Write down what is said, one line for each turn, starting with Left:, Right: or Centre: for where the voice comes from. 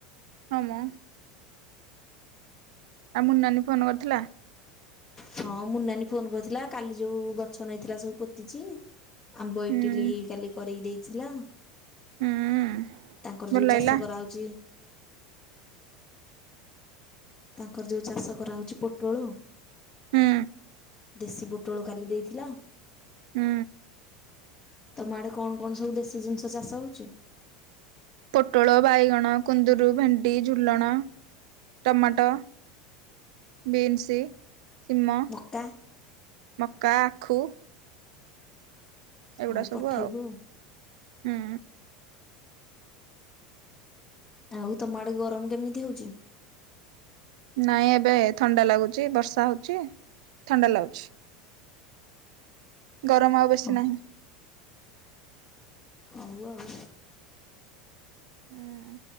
Right: ହଁ ମ। ଆଉ ମୁନ୍ ନାନୀ ଫୋନ କରିଥିଲା?
Left: ହଁ ମୁନ୍ ନାନୀ ଫୋନ କରିଥିଲା କାଲି ଯୋଉ ଗଛ ନେଇଥିଲା ସବୁ ପୋତିଚି। ଆମ୍ବ
Right: ହୁଁ
Left: ଇଟିଲି କାଲି କରି ଦେଇ ଥିଲା।
Right: ହୁଁ
Left: ତାଙ୍କର
Right: ଭଲ
Left: ଯୋଉ
Right: ଲାଗିଲା
Left: ଚାଷ କରା ହୋଉଚି। ତାଙ୍କର ଯୋଉ ଚାଷ କରା ହୋଉଚି ପୋଟୋଳ
Right: ହୁଁ
Left: ଦେଶୀ ବୁଟ, ପୋଟୋଳ ଖାଲି ଦେଇଥିଲା।
Right: ହୁଁ।
Left: ତମ ଆଡେ କଣ କଣ ସବୁ ଦେଶୀ ଜିନିଷ ଚାଷ ହଉଛି?
Right: ପୋଟଳ, ବାଇଗଣ, କୁନ୍ଦୁରୁ, ଭେଣ୍ଡି, ଝୁଲଣ, ଟମାଟୋ, ବିନ୍ସ, ସିମ,
Left: ମକା
Right: ମକା, ଆଖୁ,
Left: ହଉ
Right: ଏଗୁଡା ସବୁ
Left: ପଠେଇବୁ ଆଉ
Right: ହୁଁ।
Left: ଆଉ ତମ ଆଡେ ଗରମ କେମିତି ହଉଛି?
Right: ନାଇଁ ଏବେ ଥଣ୍ଡା ଲାଗୁଚ ବର୍ଷା ହଉଛି ଥଣ୍ଡା ଲାଗୁଛି। ଗରମ ଆଉ ବେଶୀ
Left: ହଁ
Right: ନାହିଁ।
Left: ହଉ ଆଉ
Right: ହୁଁ